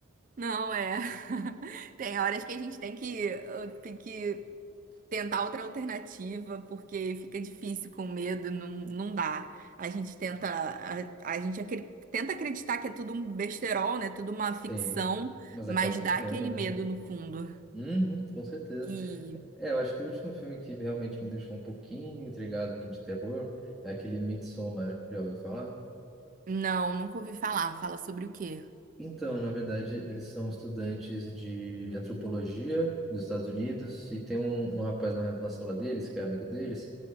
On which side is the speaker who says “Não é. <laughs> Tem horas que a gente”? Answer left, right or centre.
Right